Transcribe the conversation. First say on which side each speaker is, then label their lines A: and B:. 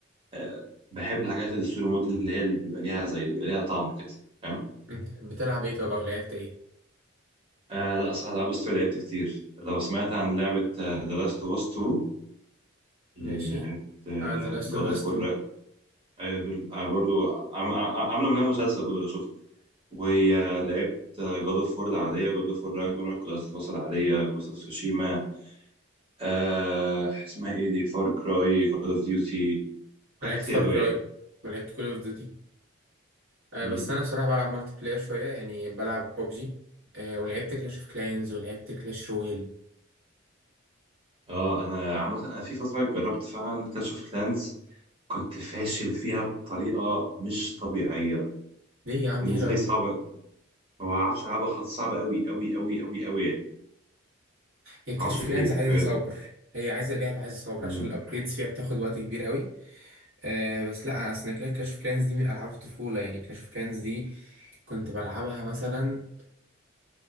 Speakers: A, on the right; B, on the right.
A: آه بحب الحاجات الستوري مود اللي هي اللي بيبقى ليها زي بيبقى ليها طعم كده فاهم
B: انت بتلعب ايه طب او لعبت ايه
A: آه لا صح العاب الستوري لعبت كتير لو سمعت عن لعبه ذا لاست اوف اس 2 اللي
B: ماشي
A: بتاعت
B: اه ذا لاست
A: جاد
B: اوف اس
A: اوف وور
B: 2
A: ايوه دول آه برضو عم- عم- عملوا منها مسلسل برضو لو شفت ولعبت جود اوف وور العادية وجود اوف وور راجناروك ولاست اوف اس العادية جوست اوف سوشيما آه اسمها ايه دي فار كراي كول اوف ديوتي حاجات
B: انا لعبت
A: كتير
B: فار
A: قوي
B: كراي
A: يعني
B: ولعبت كول اوف ديوتي آه
A: مم.
B: بس انا بصراحه بلعب مالتي بلاير شويه يعني بلعب ببجي آه ولعبت كلاش اوف كلاينز ولعبت كلاش رويال
A: اه انا عامة انا في فترة جربت فعلا كلاش اوف كلانز كنت فاشل فيها بطريقة مش طبيعية
B: ليه يا عم
A: بالنسبة
B: دي حلوه قوي
A: لي صعبة ما بعرفش ألعبها خالص صعبة أوي أوي أوي أوي أوي يعني
B: هي كلاش
A: ما أعرفش
B: اوف
A: ليه
B: كلاينز عايزه
A: بجد
B: صبر هي عايزه لعبه عايزه صبر
A: مم.
B: عشان الابجريدز فيها بتاخد وقت كبير قوي آه بس لا اصل كلاش اوف كلاينز دي من العاب الطفوله يعني كلاش اوف كلاينز دي كنت بلعبها مثلا